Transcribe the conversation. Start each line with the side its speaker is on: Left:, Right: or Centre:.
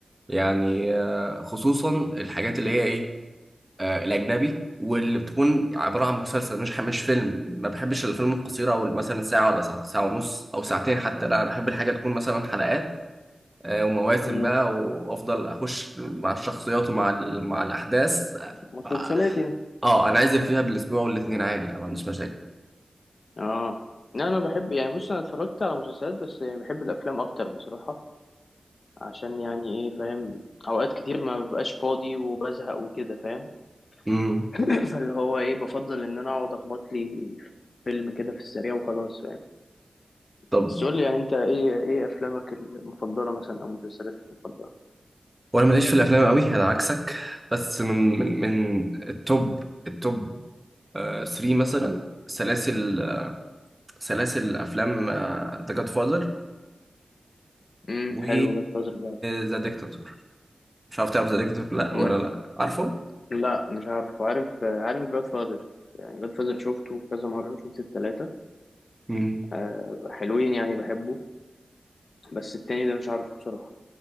Right: يعني آه، خصوصا الحاجات اللي هي ايه آه، الاجنبي واللي بتكون عباره عن مسلسل مش مش فيلم ما بحبش الافلام القصيره او مثلا ساعه ولا ساعه ساعه ونص او ساعتين حتى لا انا بحب الحاجه تكون مثلا حلقات آه، ومواسم
Left: امم
Right: بقى وافضل اخش مع الشخصيات ومع ال- مع الاحداث
Left: مسلسلات
Right: اه
Left: يعني
Right: آه، انا عايز فيها بالاسبوع والاثنين
Left: مم.
Right: عادي يعني ما عنديش مشاكل
Left: اه لا انا بحب يعني بص انا اتفرجت على مسلسلات بس يعني بحب الافلام اكتر بصراحه عشان يعني ايه فاهم اوقات كتير ما ببقاش فاضي وبزهق وكده فاهم
Right: امم
Left: <coughs> <clears throat> اللي هو ايه بفضل ان انا اقعد اخبط لي فيلم كده في السريع وخلاص فاهم
Right: طب
Left: بس قول لي يعني انت ايه ايه افلامك المفضله مثلا او مسلسلاتك المفضله
Right: وانا ماليش في الافلام قوي انا عكسك بس من من من التوب التوب 3 مثلا سلاسل سلاسل افلام ذا جاد فاذر
Left: امم
Right: و
Left: حلو جاد فازر ده
Right: ذا ديكتاتور مش عارف تعرف ذا ديكتاتور لا
Left: مم.
Right: ولا لا عارفه
Left: لا مش عارف وعارف عارف جاد فازر يعني جاد فازر شفته كذا مره شفت التلاته
Right: مم.
Left: أه حلوين يعني بحبه بس التاني ده مش عارفه بصراحه